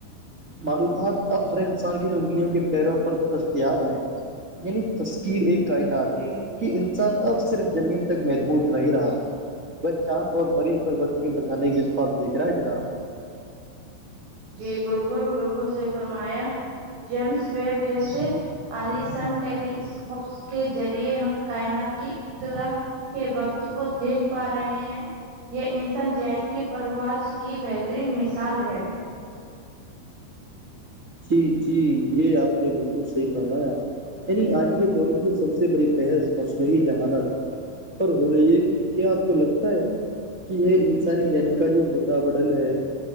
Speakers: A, on the right (about 35°); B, on the right (about 60°).
A: معلومات اب ہر انسان کی جو انگلیوں کے پیروں پر دستیاب ہیں یعنی تشکیر کائنات
B: جی
A: کہ انسان اب صرف زمین تک محبود نہیں رہا وہ چاند اور مریض پر بستیاں بچانے کے خواب دیکھ رہا ہے جناب
B: جی بالکل بالکل صحیح فرمایا جیمس ویب جیسے آلیسن ٹیلی اسکوپس کے ذریعے ہم کائنات کی ابتدا کے وقت کو دیکھ پا رہے ہیں یہ انسان جین کی پرواز کی بہترین مثال ہے
A: جی جی یہ آپ نے بالکل صحیح فرمایا یعنی آج کے دور کی جو سب سے بڑی بحث مصنوعی جہانت پر ہو رہی ہے کہ کیا آپ کو لگتا ہے کہ یہ انسانی گین کا جو متابڈل ہے